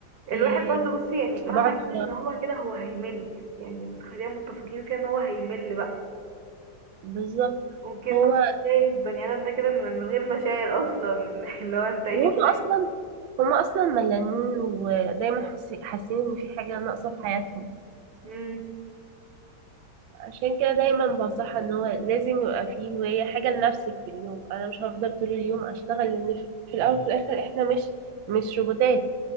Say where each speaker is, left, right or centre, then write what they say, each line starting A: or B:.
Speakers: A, on the right; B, on the right.
A: الواحد
B: آه،
A: برضه بصي يعني مهما
B: بقعد في-
A: كان ان هو كده هو هيمل يعني بس خلينا متفقين فيها ان هو هيمل بقى
B: بالظبط
A: ممكن
B: هو
A: فعلا تلاقي البني ادم ده كده من, من غير مشاعر اصلا <laughs> اللي هو انت ايه
B: وهم اصلا هم اصلا ملانين ودايما حاسي- حاسين ان في حاجه ناقصه في حياتهم
A: امم
B: عشان كده دايما بنصحها ان هو لازم يبقى فيه هوايه حاجه لنفسك في اليوم انا مش هفضل طول اليوم اشتغل لان في في الاول وفي الاخر احنا مش مش روبوتات